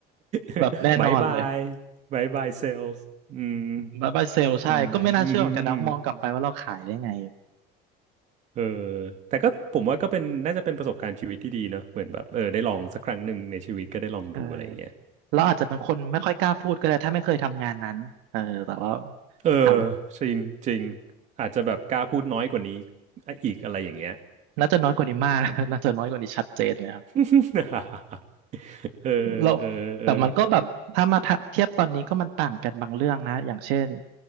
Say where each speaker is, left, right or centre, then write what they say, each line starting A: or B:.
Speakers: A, on the right (about 80°); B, on the right (about 40°).
A: <laughs>
B: <laughs>
A: แบบแน่นอนเลย
B: บายบายบายบายเซลล์อืม
A: บายบายเซลใช่ก็ไม่น่าเชื่อเหมือนกันนะมองกลับไปว่าเราขายได้ไง
B: อืม <laughs> อืม เออแต่ก็ผมว่าก็เป็นน่าจะเป็นประสบการณ์ชีวิตที่ดีเนอะเหมือนแบบเออได้ลองสักครั้งหนึ่งในชีวิตก็ได้ลองดูอะไรอย่างเงี้ย
A: เออเราอาจจะเป็นคนไม่ค่อยกล้าพูดก็ได้ถ้าไม่เคยทำงานนั้นเออแต่ว่า
B: เออ
A: ท
B: จริงจริงอาจจะแบบกล้าพูดน้อยกว่านี้อีกอะไรอย่างเงี้ย
A: ำน่าจะน้อยกว่านี้มาก <laughs> น่าจะน้อยกว่านี้ชัดเจนเลยครับ
B: <laughs> เออเออเออ
A: เราแต่มันก็แบบถ้ามาทะเทียบตอนนี้ก็มันต่างกันบางเรื่องนะอย่างเช่น